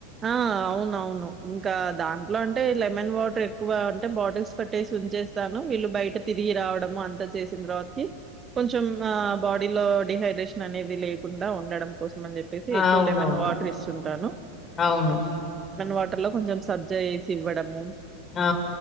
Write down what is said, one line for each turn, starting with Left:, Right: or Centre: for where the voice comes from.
Right: ఆ అవున అవును ఇంకా దాంట్లో అంటే లెమన్ వాటర్ ఎక్కువ అంటే బాటిల్స్ పెట్టేసి చేేస్తాను వీళ్ళు బయట తిరిగి రావడము అంతా చేసిన తర్వాతకి కొంచం ఆ బాడీలో డిహైడ్రేషన్ అనేది లేకుండా ఉండడం కోసం అని చెప్పేసి
Left: ఆ!
Right: ఎక్కువ
Left: అవునవును
Right: లెమన్ వాటర్ ఇస్తుంటాను
Left: అవును
Right: వాటర్ లో కొంచెం సబ్జా వేసి ఇవ్వడము
Left: ఆ